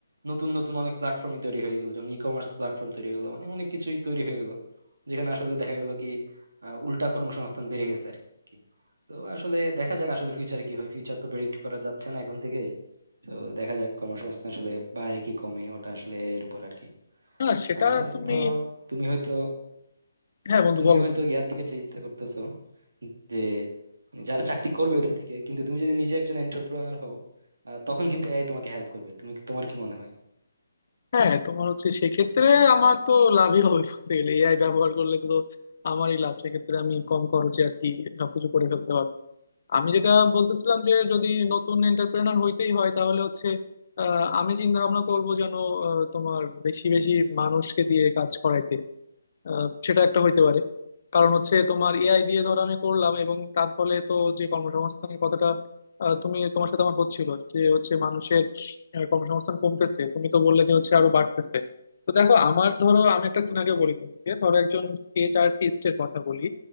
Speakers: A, on the right; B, on the left.
A: নতুন নতুন অনেক প্ল্যাটফর্মই তৈরি হয়ে গেলো যেমন ই কমার্স প্ল্যাটফর্ম তৈরি হয়ে গেলো মানে অনেক কিছুই তৈরি হয়ে গেলো যেখানে আসলে দেখা গেলো কি আহ, উল্টা কর্মসংস্থান বেড়ে গেছে আর কি তো আসলে দেখা যাক আসলে ফিউচারে কি হয় ফিউচার তো প্রেডিক্ট করা যাচ্ছে না এখন থেকেই তো দেখা যাক কর্মসংস্থান আসলে বাড়ে কি কমে ওটা আসলে এর উপর আর কি
B: হ্যাঁ সেটা
A: আর
B: তুমি
A: ধরো তুমি হয়তো
B: হ্যাঁ বন্ধু
A: তুমি
B: বলো
A: হয়তো
B: তো
A: ইয়ার দিকে চিন্তা করতেছো যে মানে যারা চাকরি করবে ওদের দিকে কিন্তু তুমি যদি নিজে একজন এন্টারপ্রেনার হও আহ, তখন কিন্তু এআই তোমাকে হেল্প করবে তুমি তোমার কি মনে হয়
B: হ্যাঁ তোমার হচ্ছে সেক্ষেত্রে আমার তো লাভই হবে বলতে গেলে এআই ব্যবহার করলে তো আমারই লাভ সেক্ষেত্রে আমি কম খরচে আর কি সবকিছু করে ফেলতে পারবো আমি যেটা বলতেছিলাম যে যদি নতুন এন্টারপ্রেনার হইতেই হয় তাহলে হচ্ছে আহ, আমি চিন্তা ভাবনা করবো যেন আহ, তোমার বেশি বেশি মানুষকে দিয়ে কাজ করাইতে আহ, সেটা একটা হইতে পারে কারণ হচ্ছে তোমার এআই দিয়ে ধর আমি করলাম
A: হুম হুম
B: এবং তার ফলে তো যে কর্মসংস্থানের কথাটা আহ, তুমি তোমার সাথে আমার হচ্ছিল যে হচ্ছে মানুষের আহ, কর্মসংস্থান কমতেছে তুমি তো বললে যে হচ্ছে আরো বাড়তেছে তো দেখো আমার ধরো আমি একটা সিনারিও বলি তোমাকে ধরো একজন স্কেচ আর্টিস্টের কথা বলি